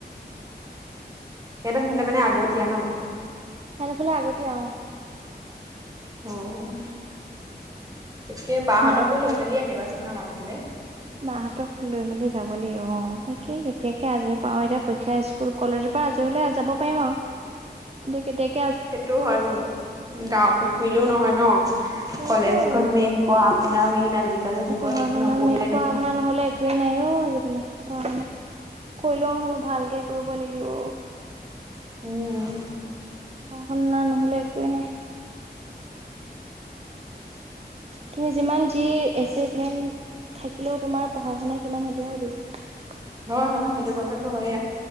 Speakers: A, on the right; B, on the right.
A: সেইটো সেইফালে মানে আগতীয়া ন
B: হেতফালে আগতীয়া অহ।
A: অ', তাকে বাহঁতকো
B: আগতে
A: লৈ পেলি আহিবাচোন আমাৰ ফালে।
B: বাহঁতক লৈ মেলি যাব লাগিব, অ', তাকে কেতিয়াকে আজৰি পাওঁ এতিয়া পৰীক্ষা স্কুল কলেজো পৰা আজি হ'লে যাব পাৰিম আৰু এতিয়া কেতিয়া
A: সেইটোও হয় বাৰু, দা পি ফুৰিলেও নহয় ন'।
B: সেইটোৱে
A: কলেজখনো মেইন পঢ়া শুনা মেইন আজিকালি যুগত
B: পঢ়া শুনা
A: নপঢ়িলে
B: মেইন পঢ়া
A: নহয়।
B: শুনা নহলে একোৱেই নাইও আজিকালি পঢ়া শুনা কৰিলেও নহ'ব ভালকে কৰিব লাগিব
A: উম
B: পঢ়া শুনা নহলে একোৱেই নাই তুমি যিমান যি এচিমেট থাকিলেও তোমাৰ পঢ়া শুনা কিমান হেতুহে সুধিব
A: হয় হয় সেইটো কথাটো হয়ে